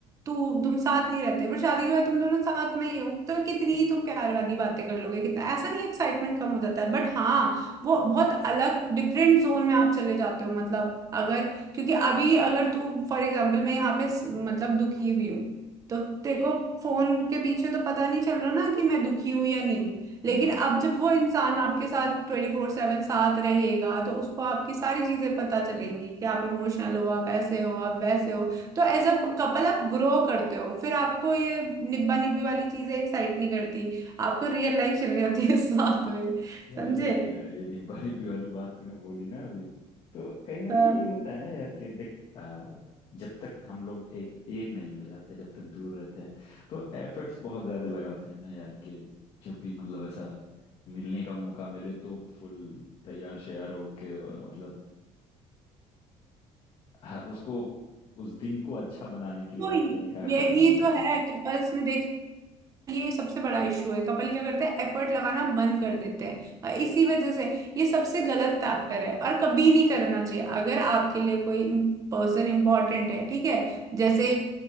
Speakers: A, on the right; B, on the left.
A: तू तुम साथ नहीं रहते बट शादी के बाद तुम दोनों साथ में ही हो तो कितनी ही तुम प्यार वाली बातें कर लोगे कितना ऐसा नहीं एक्साइटमेंट कम हो जाता है बट हाँ वो बहुत अलग डिफरेंट जोन में आप चले जाते हो मतलब अगर क्योंकि अभी अगर तू फॉर एग्जाम्पल मैं यहाँ पे स- मतलब दुखी हुई हूँ तो तेरे को फोन के पीछे तो पता नहीं चल रहा ना कि मैं दुखी हूं या नहीं हूं लेकिन
B: हम्म।
A: अब जब वो इंसान आपके साथ ट्वेंटी फोर सेवन साथ रहेगा तो उसको आपकी सारी चीजें पता चलेंगी कि आप इमोशनल हो आप ऐसे हो आप वैसे हो तो एज अ कपल आप ग्रो करते हो फिर आपको ये निब्बा निब्बी वाली चीजें एक्साइट नहीं करती आपको रियल लाइफ चलनी होती है साथ में
B: यार
A: समझे
B: देख अ, ये निब्बा निब्बी वाली बात तूने बोली ना अभी तो कहीं ना
A: तो
B: कहीं यही होता है ना यार कि देख अ, जब तक हम लोग एक एक नहीं हो जाते जब तक दूर रहते हैं तो एफर्ट्स बहुत ज्यादा लगाते हैं ना यार कि जब भी मतलब ऐसा मिलने का मौका मिले तो फुल तैयार श्यार होके और मतलब आ, हर उसको उस दिन को अच्छा बनाने के लिए
A: तो
B: हर तरह का एफर्ट
A: यही
B: डालते
A: तो
B: हैं
A: है कपल्स में देख ये सबसे बड़ा इशू है कपल क्या करते हैं एफर्ट लगाना बंद कर देते हैं और इसी वजह से ये सबसे गलत फैक्टर है और कभी नहीं करना चाहिए अगर आपके लिए कोई पर्सन इंपॉर्टेंट है ठीक है जैसे